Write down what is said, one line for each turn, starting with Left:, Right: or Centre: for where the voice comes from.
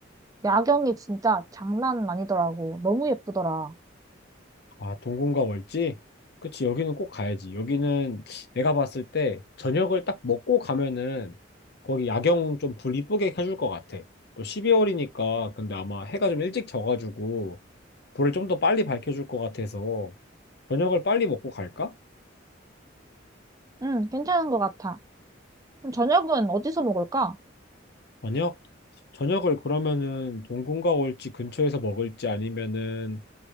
Right: 야경이 진짜 장난 아니더라고. 너무 예쁘더라.
Left: 아, 동궁과 월지? 그치, 여기는 꼭 가야지. 여기는 내가 봤을 때 저녁을 딱 먹고 가면은 거기 야경 좀 불 이쁘게 켜줄 것 같아. 또 12월이니까 근데 아마 해가 좀 일찍 져가지고 불을 좀 더 빨리 밝혀줄 것 같아서 저녁을 빨리 먹고 갈까?
Right: 응, 괜찮은 것 같아. 그럼 저녁은 어디서 먹을까?
Left: 저녁? 저녁을 그러면은 동궁과 월지 근처에서 먹을지 아니면은